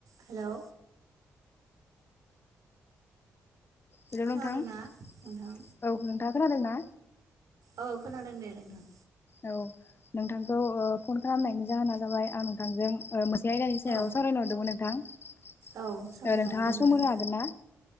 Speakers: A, on the right; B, on the left.
A: Hello
B: hello
A: खोनादोंना
B: नोंथां औ
A: नोंथां
B: नोंथाङा खोनादों ना?
A: औ खोनादों दे नोंथां
B: औ नोंथांखौ फन खालामनायनि जाहोना जाबाय आं नोंथांजों मो नसे आयदानि सायाव
A: औ
B: सावरायनो हरदोंमोन नोंथां।
A: औ सावरायजागोन
B: नोंथाङा
A: दे नोंथां
B: सम होनो हागोन ना?